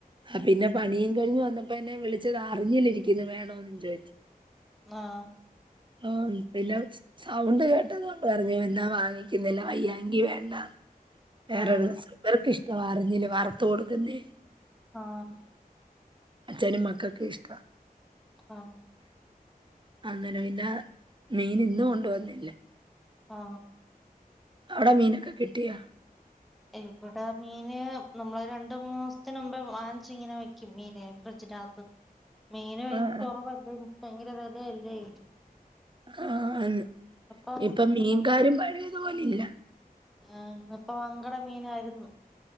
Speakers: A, on the right (about 30°); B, in the centre.
A: ആ ഹ് പിന്നെ പണീം കഴിഞ്ഞ് വന്ന പ്പെന്നെ വിളിച്ചത് അറിഞ്ഞില്ല ഇരിക്കണ് വേണോന്ന് ചോയിച്ച്
B: ആഹ്
A: ആഹ് പിന്നെ സൗണ്ട് കോട്ടതോണ്ട് പറ്ഞ്ഞ് നീയ് എന്താ വാങ്ങിക്കുന്നേ എല്ലാ വയ്യങ്കി വേണ്ടാ വേറൊരുസം
B: ആ
A: വെറ്ക്കിഷ് തുവാ അറിഞ്ഞില്ല വറുത്തു കൊടുക്കുന്നേ
B: ആഹ്
A: അച്ഛനും മക്കക്കും ഇഷ്‌ടവാ
B: ആഹ്
A: അങ്ങനപിന്ന മീന് ഇന്ന് കൊണ്ടുവന്നില്ല
B: ആ
A: അവിട മീനൊക്ക കിട്ടിയ
B: ഇവിട മീന് നമ്മള് രണ്ട് മൂന്നുസ്ടിനു മുന്നേ വാങ്ങ്ച്ചിങ്ങനെ വെയ്ക്കും മീന് ഫ്രിഡ്ജിനാത്തു മീന് ഭയ്
A: ആഹ്
B: കൊറവല്ലേ ഭങ്കര വെലയല്ലേ
A: ആന്ന്
B: അപ്പം
A: ഇപ്പം
B: ഇന്നപ്പം
A: മീൻകാരും പയേതു പോലെ ഇല്ല
B: ആഹ് ഇന്നിപ്പം വങ്കട മീനാരുന്നു